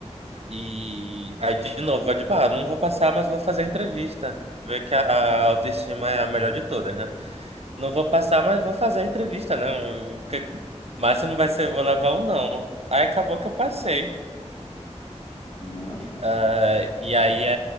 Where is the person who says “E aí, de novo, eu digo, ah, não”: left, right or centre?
Right